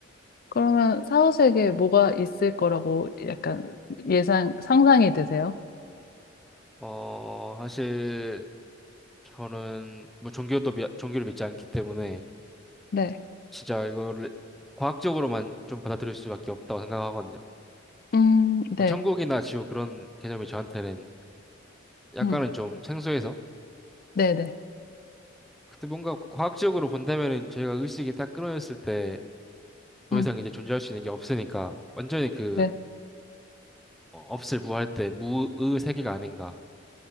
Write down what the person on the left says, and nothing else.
그러면 사후세계에 뭐가 있을 거라고 약간 예상, 상상이 되세요?
네.
음, 네.
음,
네네.
음,
네.